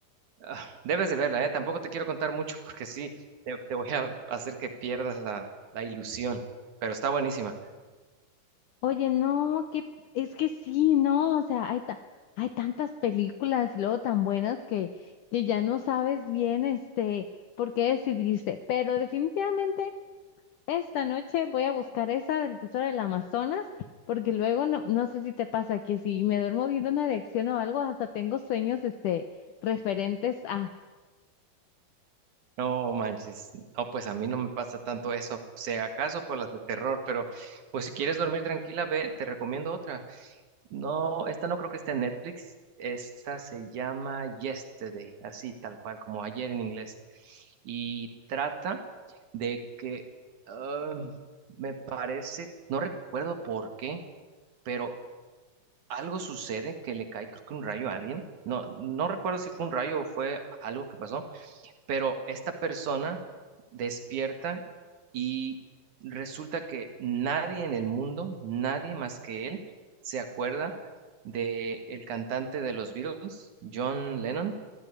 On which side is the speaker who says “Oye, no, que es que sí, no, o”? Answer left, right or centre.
Left